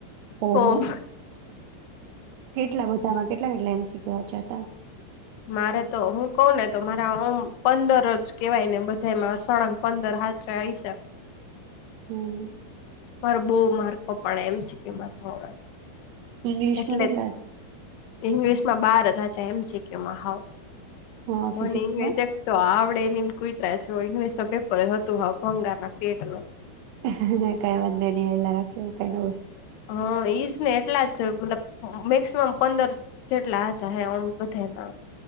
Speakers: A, on the right (about 85°); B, on the left (about 75°).
A: ઓહો
B: ફોર્મ.
A: કેટલા બધામાં કેટલા કેટલા એમ. શીખવા જાતા.
B: મારે તો હું કહ ને તો માર ઓમ પંદર જ કેવાય ને બધાય માં સળંગ પંદર હાચા આઈ સા.
A: હમ્મ.
B: માર બઉ માર્ક કપણા એમ. સી. કિયુ. માં તો હવે.
A: ઈંગ્લિશમાં
B: એટલે
A: કેટલા છે?
B: ઇંગ્લિશ એમાં બાર જ હાચા એમ. સી. ક્યુ. માં હાવ
A: હા
B: મનેં
A: ફિઝિક્સમાં
B: ઇંગલિશ એકતો આવડે ની ને કુઈતરાજ ઈંગ્લિશ ના પેપર જ હતું હાવ ભંગાર ના પેટનું.
A: અહ હ હ કાઈ વાંધો નઈ હાલ્યા રાખે એવું કઈ ન હોય.
B: હ ઈજ ને એટલા જ મતલબ મેક્સમા પંદર જેટલા જ હચા હે ઓમ બધાય માં.